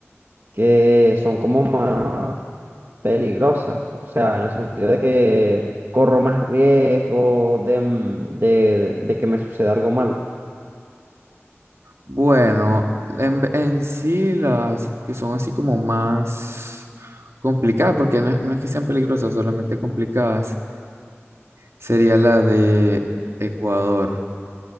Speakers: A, on the right; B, on the right.
A: que son como más peligrosas. O sea, en el sentido de que corro más riesgo de, mm, de de- de que me suceda algo malo.
B: Bueno, en, ve- en sí las que son así como más complicadas, porque no, es no es que sean peligrosas, solamente complicadas, sería la de Ecuador,